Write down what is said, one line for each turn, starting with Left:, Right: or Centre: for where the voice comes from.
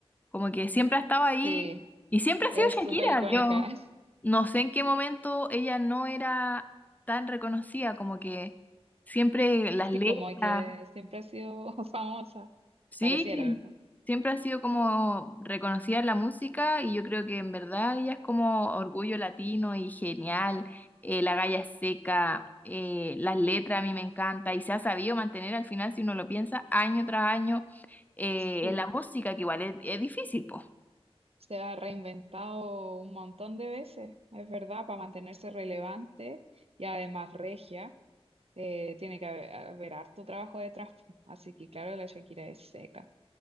Left: Como que siempre ha estado ahí
Right: Sí,
Left: y siempre ha
Right: es
Left: sido Shakira.
Right: súper icónica.
Left: Yo
Right: <laughs>
Left: no sé en qué momento ella no era tan reconocida, como que siempre las letras,
Right: Sí, como que siempre ha sido <laughs> famosa,
Left: sí,
Right: pareciera, ¿verdad?
Left: siempre ha sido como reconocida en la música y yo creo que en verdad ella es como orgullo latino y genial, eh, la galla es seca, eh, las letras a mí me encanta y se ha sabido mantener al final, si uno lo piensa, año tras año eh,
Right: Sí,
Left: en la música, que igual es, es difícil, pues.
Right: se ha reinventado un montón de veces, es verdad, para mantenerse relevante y además regia. eh, tiene que haber, haber harto trabajo detrás, pu. así que claro, la Shakira es seca,